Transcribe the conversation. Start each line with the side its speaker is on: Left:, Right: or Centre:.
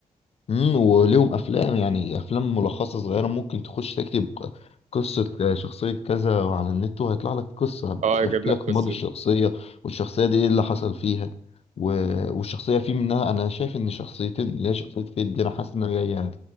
Left: امم وليهم افلام يعني افلام ملخصه صغيره ممكن تخش تكتب ق- قصه آه، شخصيه كذا على النت وهيطلع لك قصه
Right: اه
Left: بيحكي
Right: يجيب لك
Left: لك
Right: قصه
Left: ماضي الشخصيه والشخصيه دي ايه اللي حصل فيها و... والشخصيه في منها انا شايف ان شخصيتين اللي هي شخصيه فيد دي انا حاسس انها جايه